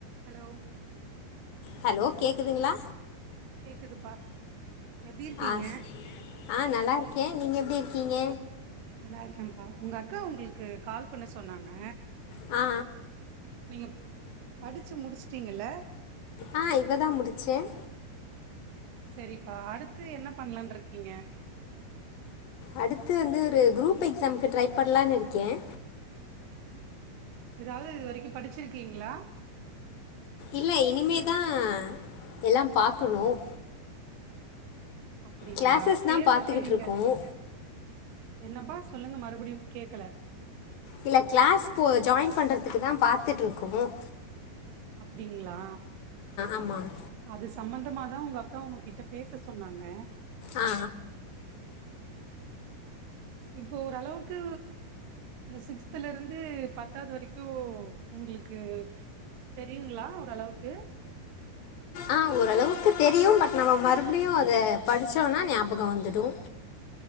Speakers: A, on the right (about 80°); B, on the left (about 70°).
A: hello
B: hello கேக்குதுங்களா
A: கேக்குதுப்பா எப்டி இருக்கீங்க
B: ஆ ஆ நல்லா இருக்கே நீங்க எப்பிடி இருக்கீங்க
A: நல்லா இருக்கேன்ப்பா உங்க அக்கா உங்குளுக்கு கால் பண்ண சொன்னாங்க
B: ஆ
A: நீங்க படிச்சி முடிச்சுட்டிங்கள்ள
B: ஆ இப்ப தான் முடிச்சேன்
A: செரிப்பா அடுத்து என்ன பண்ணலான்னு இருக்கீங்க
B: அடுத்து வந்து ஒரு குரூப் எக்ஸாம்க்கு ட்ரை பண்ணலான்னு இருக்கேன்
A: எதாவது இது வரைக்கும் படிச்சிருக்கீங்களா
B: இல்ல இனிமே தான் எல்லாம் பார்க்கணும்
A: அப்படிங்களா
B: கிளாஸஸ்
A: தேர்வுக்கு
B: தான் பார்த்துக்கிட்டு
A: நீங்க
B: இருக்கோம்
A: என்னப்பா சொல்லுங்க மறுபடியும் கேக்கல
B: இல்ல கிளாஸ் போ ஜாய்ன் பண்றதுக்கு தான் பார்த்துட்டுருக்கோம்
A: அப்டிங்களா
B: ஆமாம்
A: அது சம்மந்தமாதான் உங்க அக்கா உங்ககிட்ட பேச சொன்னாங்க
B: ஆ
A: இப்ப ஓரளவுக்கு இந்த சிக்ஸ்துல இருந்து பத்தாவது வரிக்கும் உங்குளுக்கு தெரியுங்களா ஓரளவுக்கு
B: ஆ ஓரளவுக்கு தெரியும் பட் நம்ம மறுபடியும் அத படிச்சோம்னா ஞாபகம் வந்துடும்